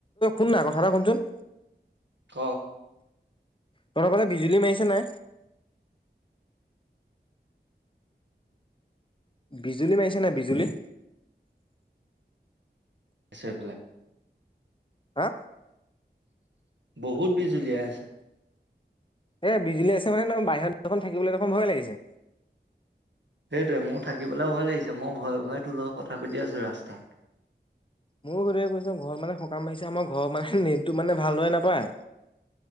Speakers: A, on the left; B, on the right.
A: শুননা কথা এটা শুনচোন।
B: ক
A: তহঁতৰ ফালে বিজুলী মাৰিছে নে? বিজুলী মাৰিছে নাই বিজুলী?
B: মাৰিছে এইফালে।
A: হা?
B: বহুত বিজুলীয়াই আছে।
A: এ বিজুলীয়াছে মানে বাহিৰত দেখোন থাকিবলে দেখোন ভয় লাগিছে।
B: সেইটোয়ে মোৰ থাকিবলৈ ভয় লাগিছে মই ভয়ে ভয়ে তোৰ কথা পাতি আছোঁ ৰাস্তাত।
A: মোৰ কৈছ ঘৰ মানে বতাহ মাৰিছে আমাৰ ঘৰৰ মানে নেটটো মানে ভালদৰে নাপায়।